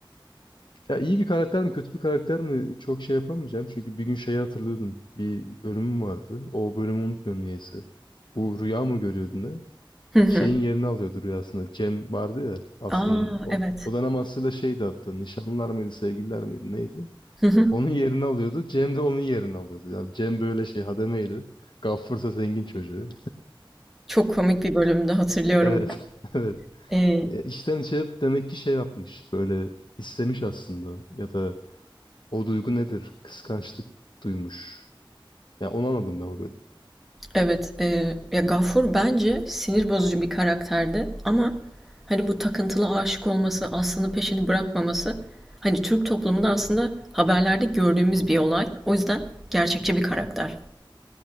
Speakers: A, on the left; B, in the centre.
A: Ya iyi bir karakter mi kötü bir karakter mi çok şey yapamayacağım. Çünkü bir gün şeyi hatırlıyordum. Bir bölümüm vardı. O bölümü unutmuyorum niyeyse. Bu rüya mı görüyordun ne?
B: Hı hı.
A: Şeyin yerini alıyordu rüyasında. Cem vardı ya aslında
B: Aa
A: o,
B: evet.
A: o dönem aslında şeydi hatta nişanlılar mıydı sevgililer miydi neydi?
B: Hı hı.
A: Onun yerini alıyordu. Cem de onun yerini alıyordu. Yani Cem böyle şey hademeydi. Gaffur ise zengin çocuğu.
B: Çok komik bir bölümde hatırlıyorum
A: Evet.
B: ben.
A: <laughs> Evet.
B: E,
A: Ya içten içe hep demek ki şey yapmış. Böyle istemiş aslında. Ya da o duygu nedir? Kıskançlık duymuş. Ya onu anladım ben o bölüm.
B: Evet, eee, ya Gafur bence sinir bozucu bir karakterdi ama hani bu takıntılı aşık olması, aslında peşini bırakmaması hani Türk toplumunda aslında haberlerde gördüğümüz bir olay. O yüzden gerçekçi bir karakter.